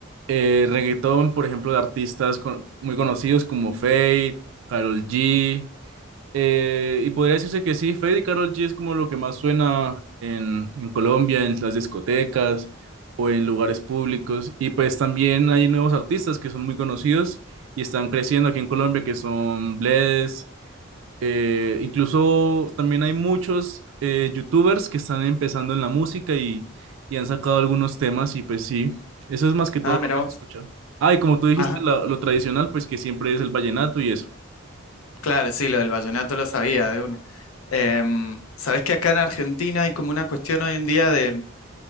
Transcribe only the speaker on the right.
eh, reggaetón, por ejemplo, de artistas con- muy conocidos como Fate, Karol G. eh, y podría decirse que sí, Fate y Karol G es como lo que más suena en, en Colombia, en las discotecas o en lugares públicos. Y pues también hay nuevos artistas que son muy conocidos y están creciendo aquí en Colombia, que son Bless, eh, incluso también hay muchos eh, youtubers que están empezando en la música y, y han sacado algunos temas y pues sí, eso es más que todo
lo
que
se escucha. Ah, y como tú dijiste,
la- lo tradicional, pues que siempre es el vallenato y eso.